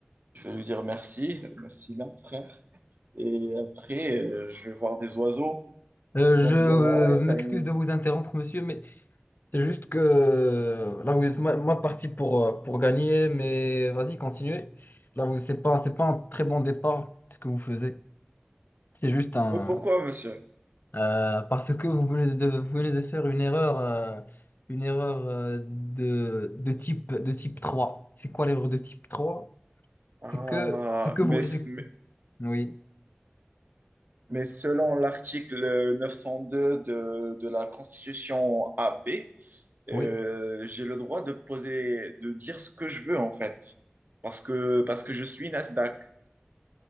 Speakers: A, on the right; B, on the left.
A: Je vais lui dire merci, merci là, frère. Et après, euh, je vais voir des oiseaux,
B: Euh,
A: ils
B: je
A: vont me
B: euh,
A: dire, ah ouais,
B: m'excuse
A: t'as une...
B: de vous interrompre, monsieur, mais c'est juste que euh, là, vous êtes mal, mal parti pour, euh, pour gagner, mais vas-y, continuez. Là, vous, c'est pas, c'est pas un très bon départ, ce que vous faisiez. C'est juste un...
A: Mais pourquoi, monsieur?
B: euh, parce que vous venez de, vous venez de faire une erreur, euh, une erreur euh, de, de type, de type 3. C'est quoi l'erreur de type trois
A: Ah,
B: C'est que, c'est que
A: mais,
B: vous, c'est-
A: mais,
B: oui,
A: mais selon l'article 902 de, de la Constitution AB, euh,
B: oui.
A: j'ai le droit de poser, de dire ce que je veux en fait, parce que, parce que je suis Nasdaq.